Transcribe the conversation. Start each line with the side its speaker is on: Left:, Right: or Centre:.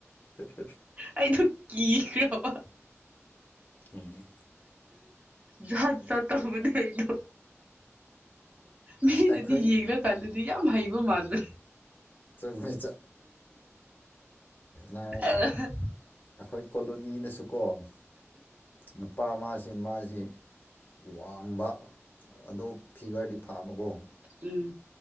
Left: ꯑ
Right: ꯑꯩꯩꯅ ꯀ ꯀ꯭ꯔꯕ
Left: ꯎꯝ
Right: ꯌꯥꯍꯖꯥ ꯇꯧꯗꯤꯩꯅꯣ ꯃꯤꯅꯗꯤ
Left: ꯑꯩꯈꯣꯏ
Right: ꯌꯦꯡꯈ꯭ꯔꯀꯥꯟꯗꯗꯤ ꯌꯥꯝ ꯍꯩꯕ ꯃꯥꯟꯕꯅꯤ
Left: ꯆꯨꯝꯃꯤ ꯅꯥꯏ
Right: ꯑꯥ
Left: ꯑꯈꯣꯏ ꯀꯣ ꯆꯀꯣꯟ ꯅꯨꯄꯥ ꯃꯥꯁꯤ ꯃꯥꯁꯤ ꯋꯥꯡꯕ ꯑꯗꯣ ꯐꯤꯒꯔꯗꯤ ꯐꯥꯕꯀꯣ
Right: ꯎꯝ